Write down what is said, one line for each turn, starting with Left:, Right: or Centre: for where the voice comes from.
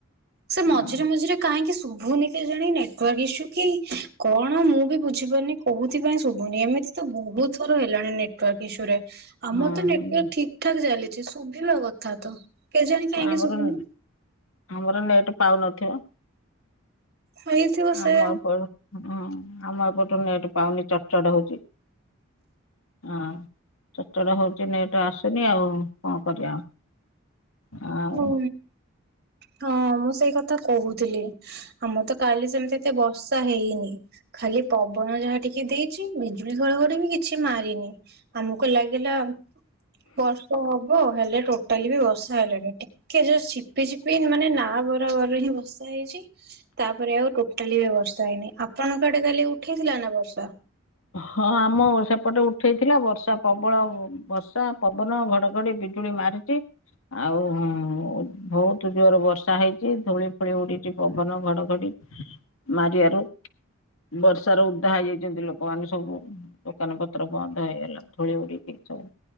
Right: ସେ
Left: ଅ
Right: ମଝିରେ ମଝିରେ କାହିଁକି ଶୁଭୁନି କେଜାଣି ନେଟୱାର୍କ ଇସୁ କି କଣ ମୁଁ ବି ବୁଝିପାରୁନି। କୋଉଥିପାଇଁ ଶୁଭୁନି? ଏମିତି ତ ବହୁତ ଥର ହେଲାଣି ନେଟୱାର୍କ ଇସୁରେ? ଆମର
Left: ହଁ
Right: ତ ନେଟୱାର୍କ ଠିକ୍ ଠାକ୍ ଚାଲିଛି। ଶୁଭିବା କଥା ତ। କେଜାଣି କାହିଁକି
Left: ଆଚ୍ଛା ଆମର
Right: ଶୁଭୁନି
Left: ନୁହୁ। ଆମର ନେଟ୍ ପାଉନଥିବ?
Right: ହେଇଥିବ ସେଇଆ
Left: ଆମରପଡୁ। ହୁଁ ଆମ ଏପଠୁ ନେଟ, ପାଉନି ଚଡ଼ ଚଡ଼ ହଉଛି। ହଁ ଚଡ଼ ଚଡ଼ ହଉଛି ନେଟ ଆସୁନି। ଆଉ କଣ କରିବା? ହଁ।
Right: ହଉ। ହଁ। ମୁଁ ସେଇ କଥା କହୁଥିଲ। ଆମର ତ କାଲି ସେମିତି ଏତେ ବର୍ଷା ହେଇନି, ଖାଲି ପବନ ଯାହା ଟିକେ। କି ଦେଇଛି ବିଜୁଳି ଘଡଘଡ଼ି ବି କିଛି ମାରିନି ଆମକୁ ଲାଗିଲା? ବର୍ଷା ହବ। ହେଲେ ଟୋଟାଲି ବି ବର୍ଷା ହେଲାନି। ଟିକେ ଜଷ୍ଟ ଝିପିଝିପି ଏବେ ମାନେ ନା ବରାବରରେ ହିଁ ବର୍ଷା ହେଇଛି। ତାପରେ ଆଉ ଟୋଟାଲି ବି ବର୍ଷା ହେଇନି। ଆପଣଙ୍କ ଆଡେ କାଲି ଉଠେଇଥିଲା ନା ବର୍ଷା?
Left: ହଁ ଆମ ସେପଟେ ଉଠେଇଥିଲା। ବର୍ଷା ପ୍ରବଳ ବର୍ଷା ପବନ ଘଡଘଡି ବିଜୁ ଗୁଳି ମାରୁଛିି। ଆଉ ହଁ ବହୁତ ଜୋର ବର୍ଷା ହେଇଛି ଧୂଳି ଫୁଳି ଉଡିଛି ପବନ ଘଡଘଡି
Right: <inaudible>
Left: ମାରିବାରୁ ବର୍ଷାର ଓଦା ହେଇଯାଇଛନ୍ତି ଲୋକ ଗାନେ ସବୁ ଦୋକାନ ପତ୍ର ବନ୍ଦ ହେଇଗଲା ଧୂଳି ଉଡିକି ସବୁ